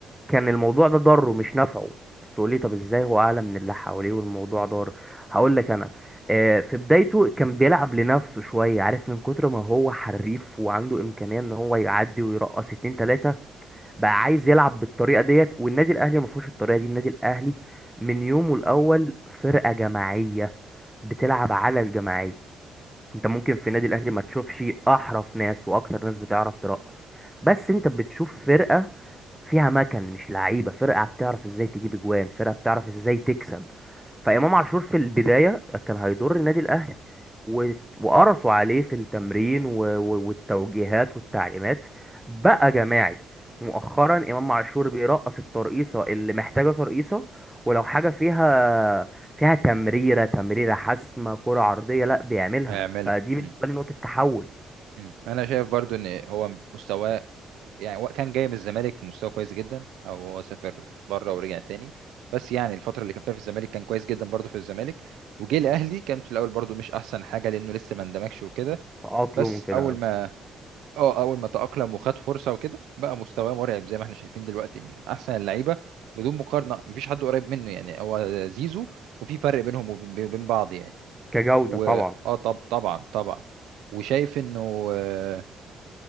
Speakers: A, in the centre; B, on the right.
A: كان الموضوع ده ضره مش نفعه تقولي طب ازاي هو اعلى من اللي حواليه والموضوع ضار هقول لك انا آه، في بدايته كان بيلعب لنفسه شويه عارف من كتر ما هو حريف وعنده امكانيه ان هو يعدي ويرقص اتنين تلاته بقى عايز يلعب بالطريقه ديت والنادي الاهلي ما فيهوش الطريقه دي النادي الاهلي من يومه الاول فرقه جماعيه بتلعب على الجماعيه انت ممكن في النادي الاهلي ما تشوفش احرف ناس واكتر ناس بتعرف ترقص بس انت بتشوف فرقه فيها مكن مش لعيبه فرقه بتعرف ازاي تجيب اجوان فرقه بتعرف ازاي تكسب فامام عاشور في البدايه كان هيضر النادي الاهلي و- وقرصوا عليه في التمرين و- و- والتوجيهات والتعليمات بقى جماعي مؤخرا امام عاشور بيرقص الترقيصه اللي محتاجه ترقيصه ولو حاجه فيها فيها تمريره تمريره حاسمه كره عرضيه لا بيعملها
B: هيعملها
A: فدي بالنسبه
B: مم.
A: لي نقطه تحول
B: مم. انا شايف برضو ان هو مستواه يعني هو كان جاي من الزمالك في مستوى كويس جدا او هو سافر بره ورجع تاني بس يعني الفترة اللي كان فيها في الزمالك كان كويس جدا برضو في الزمالك وجه الاهلي كان في الاول برضو مش احسن حاجة لانه لسه ما اندمجش وكده
A: تأقلم
B: بس
A: كده
B: اول ما اه اول ما تأقلم وخد فرصة وكده بقى مستواه مرعب زي ما احنا شايفين دلوقتي من احسن اللعيبة بدون مقارنة مفيش حد قريب منه يعني هو زيزو وفي فرق بينهم وب- وبين بعض يعني
A: كجوده
B: واه
A: طبعا
B: طب طبعا طبعا وشايف انه اه